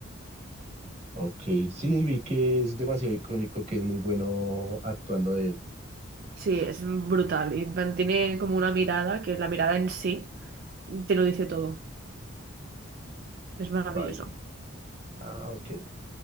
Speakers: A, on the right (about 30°); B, on the right (about 45°).
A: Ok, sí, vi que es demasiado icónico, que es muy bueno actuando de él.
B: Sí, es brutal y mantiene como una mirada que la mirada en sí te lo dice todo. Es maravilloso.
A: Vale. Ah, ok.